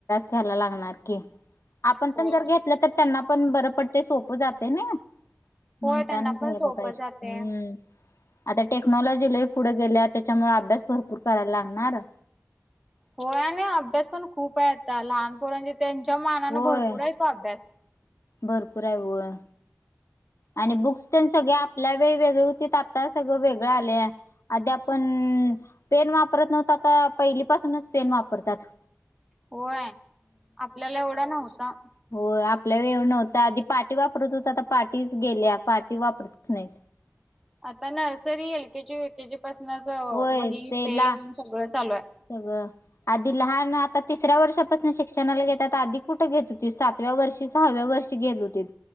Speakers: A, on the left (about 75°); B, in the centre.
A: घ्याला लागणार की आपण
B: होय
A: पण जर घेतलं तर त्यांना पण बरं पडते सोपं जाते ना म्हणताने
B: होय त्यांना
A: घ्याले
B: पण सोपं
A: पाहिजे
B: जाते
A: हम्म. आता टेक्नॉलॉजी लई पुढे गेल्या त्याच्यामुळे अभ्यास भरपूर कराय लागणार.
B: होय आणि अभ्यास पण खूप आहे आता लहान पोरांचे त्यांच्या मानाने
A: होय
B: भरपूर आहे तो अभ्यास.
A: भरपूर आहे व्हय. आणि बुक्स तेन सगळे आपल्या वेगवेेगळे होतीत आता सगळं वेगळं आल्या. आध्या आपण पेन वापरत नव्हतं आता पहिली पाासूनच पेन वापरतात.
B: होय आपल्याला एवढा नव्हता.
A: हो आपल्याला एव नव्हतां आधी पाटी वापरत होता तर पाटीच गेल्या पार्टी वापरतच नाही.
B: आता nursery, L K G, U K G पासूनच
A: होय
B: वही,
A: तेला
B: पेन सगळं चालू आहे.
A: सगळं आधी लहान आता तिसऱ्या वर्षापासून शिक्षणाला घेत आता आधी कुठं घेत होती सात तव्या, सहाव्या वर्षी घेत होते.